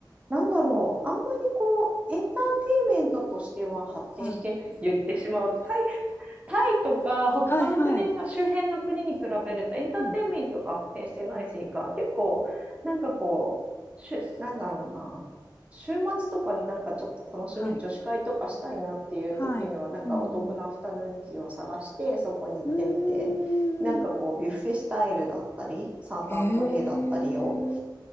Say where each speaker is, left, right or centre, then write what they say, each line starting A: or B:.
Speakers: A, on the right; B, on the left.
A: なんだろう、あんまりこう、エンターテインメントとしては発展してない
B: はい。
A: <laughs> 言ってしまう。タイ、タイとか他の国の周辺の国に比べるとエンターテインメントが発展してないしか、
B: はいはい。うん。
A: 結構、なんかこう、しゅ、なんだろうな、週末とかなんかちょっと楽しみ、
B: はい。
A: 女子会とかしたいなっていう時には、
B: はい。
A: なんかお得なアフタヌーンティーを探して、
B: うんうん。
A: そこに行ってみて、
B: うー
A: なんかこう、
B: ん。
A: ビュッフェスタイルだったり、三段トレイだったりを
B: へえ。